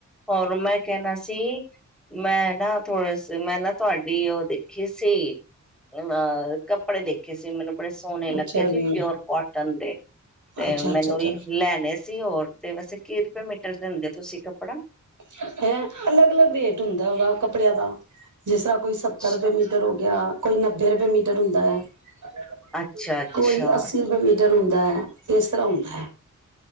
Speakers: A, in the centre; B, on the right.
A: ਹੋਰ ਮੈਂ ਕਹਿਣਾ ਸੀ <unintelligible> ਮੈਂ ਨਾ ਥੋੜੇ ਸੇ ਮਿਹਨਤ <unintelligible> ਤੁਹਾਡੀ ਉਹ ਦੇਖੀ ਸੀ <unintelligible> ਅਹ ਕੱਪੜੇ ਦੇਖੇ ਸੀ ਮੈਨੂੰ <unintelligible> ਕੱਪੜੇ ਸੋਹਣੇ
B: ਅੱਛਾ
A: ਲੱਗੇ ਸੀ
B: ਜੀ
A: ਪਿਓਰ ਕੋਟਨ ਦੇ <unintelligible> ਤੇ
B: ਅੱਛਾ ਅੱਛਾ
A: ਮੈਨੂੰ
B: ਅੱਛਾ
A: ਲੈਣੇ <unintelligible> ਅਸੀਂ ਹੋਰ <unintelligible> ਤੇ ਵੈਸੇ ਕੀਹ ਰੁਪਏ ਮਟਰ ਦਿੰਦੇ ਤੁਸੀਂ <inaudible> ਆਪੜ
B: <unintelligible> ਹੈਂ ਅਲੱਗ ਅਲੱਗ ਰੇਟ ਹੁੰਦਾ ਉਹਦਾ ਕੱਪੜਿਆਂ ਦਾ <unintelligible> ਜਿਸ ਤਰ੍ਹਾਂ ਕੋਈ ਸੱਤਰ
A: ਅੱਛਾ
B: ਰੁਪਏ ਮੀਟਰ ਹੋ ਗਿਆ <unintelligible> ਕੋਈ ਨੱਬੇ ਰੁਪਏ ਮੀਟਰ ਹੁੰਦਾ ਹੈ <inaudible>
A: ਅੱਛਾ ਅੱਛਾ
B: ਕੋਈ ਅਸੀਿਰ ਵਵੇ ਹੁੰਦਾ ਹੈ, ਇਸ ਤਰ੍ਹਾਂ ਹੁੰਦਾ ਹੈ।